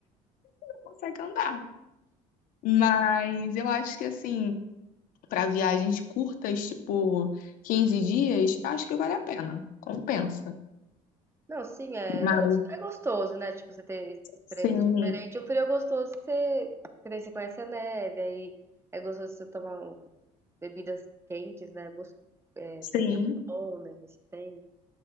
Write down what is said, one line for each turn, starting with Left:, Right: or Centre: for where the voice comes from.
Left: consegue andar. Mas eu acho que assim, para viagens curtas, tipo 15 dias, acho que vale a pena, compensa.
Right: Não, sim, é,
Left: Mas
Right: gos- é gostoso, né? Tipo, você ter experiências
Left: sim,
Right: diferentes. O frio é gostoso que você, que nem você conhece a neve, aí é gostoso você tomar um, bebidas quentes, né? Gost- é,
Left: sim,
Right: Também é muito bom, né? Nesse tempo.